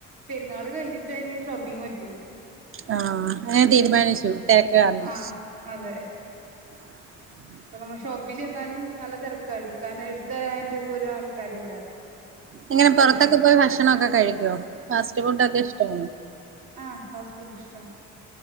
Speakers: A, on the right; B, on the right.
A: പെരുന്നാള് കഴിഞ്ഞിട്ടേ ഇനി ഷോപ്പിംഗ് പറ്റുള്ളൂ
B: ആഹ് അങ്ങനേ തീരുമാനിച്ചു തെരക്ക് കാരണം
A: ആ അതെ
B: <inaudible>
A: ഇപ്പ നമ്മ ഷോപ്പീ ചെന്നാലും നല്ല തെരക്കാ എടുക്കാന് എട്ത്ത് തരാനായിട്ട് പോലും ആൾക്കാരില്ല
B: എങ്ങനെ
A: സ്റ്റാഫുകള്
B: പൊറത്തൊക്കെ പോയി ഭക്ഷണവൊക്കെ കഴിക്കുവോ ഫാസ്റ്റ് ഫുഡൊക്കെ ഇഷ്ടവാണോ
A: ആഹ് ഫാസ്റ്റ് ഫുഡിഷ്ടാണ്